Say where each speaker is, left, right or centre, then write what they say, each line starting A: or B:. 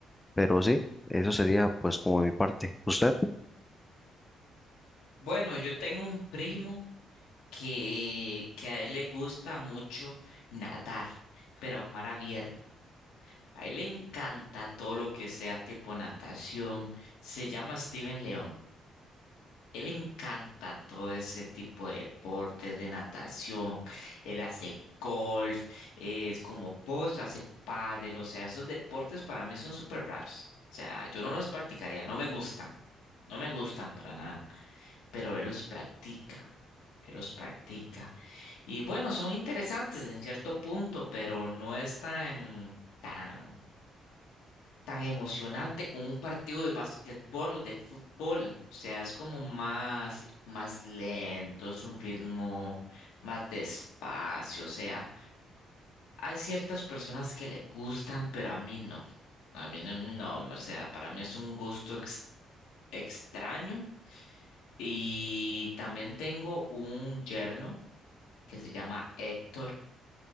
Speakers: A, on the left; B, on the left.
A: Pero sí, eso sería pues como mi parte. ¿Usted?
B: Bueno, yo tengo un primo que, que a él le gusta mucho nadar, pero a un mar abierto. A él le encanta todo lo que sea tipo natación. Se llama Steven León. Él le encanta todo ese tipo de deportes, de natación, él hace golf, es como vos hace pádel, o sea, esos deportes para mí son súper raros. O sea, yo no los practicaría, no me gustan, no me gustan para nada, pero él los practica, él los practica. Y bueno, son interesantes en cierto punto, pero no es tan, tan tan emocionante como un partido de basquetbol o de fútbol. O sea, es como más, más lento, es un ritmo más despacio. O sea, hay ciertas personas que le gustan, pero a mí no. A mí no, no, o sea, para mí es un gusto ex- extraño. Y también tengo un yerno que se llama Héctor